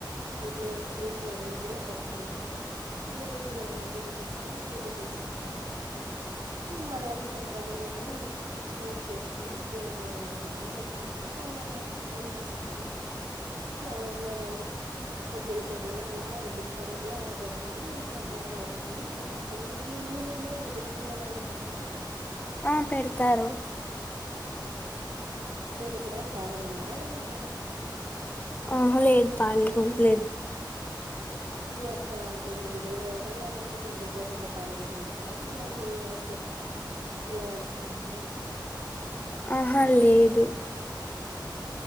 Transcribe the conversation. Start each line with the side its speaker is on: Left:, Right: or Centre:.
Right: ఇంట్లో ఇంటి నడి మధ్యన కొట్టు కొంటాము దేవుని కి నైవేద్యం చె చేసుకుని పూజ చేసుకుంటాము ఇక మల్లగ సంక్రాంతి నాడు స్వీట్ చేసుకుని దేవునికి నైవేద్యంగా పెట్టుకుంటాం కనుమనాడు చికెన్ చేసుకుంటాం మా ఊర్లో రంగు ముగ్గుల పోటీలు అలా ఇలా పెడతారు మేం సర్ది దాగా అలా వెళ్ళి చూసేస్తాం మీకీ మీకు మీ ఊరిలో ఎద్దులు పందాలు అలా పెడతారా
Left: ఆ పెడతారు
Right: మీరు ఎప్పుడైనా పాల్గొన్నర అ దాంట్లో
Left: ఆహా లేదు పాల్ గోనలేదు
Right: మీ అక్క వాళ్ళు మీరు ఎవరైనా అట్లా ముగ్గులు పోటీలో పాల్ గో అవల చిన్న మీ వయసులో చిన్న వయసులో కానీ <inaudible>
Left: ఆహా లేదు